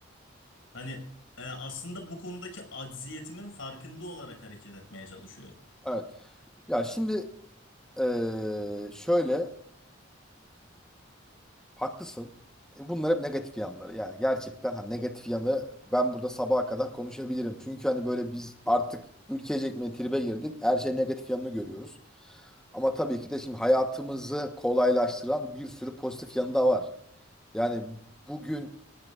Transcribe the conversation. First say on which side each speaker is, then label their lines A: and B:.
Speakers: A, on the left (about 85°); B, in the centre.
A: Hani e, aslında bu konudaki acziyetimin farkında olarak hareket etmeye çalışıyorum.
B: Evet. Ya şimdi eee, şöyle haklısın. E, Bunlar hep negatif yanları. Yani gerçekten ha negatif yanı ben burada sabaha kadar konuşabilirim. Çünkü hani böyle biz artık ülkecek mi tribe girdik. Her şey negatif yanını görüyoruz. Ama tabii ki de şimdi hayatımızı kolaylaştıran bir sürü pozitif yanı da var. Yani bugün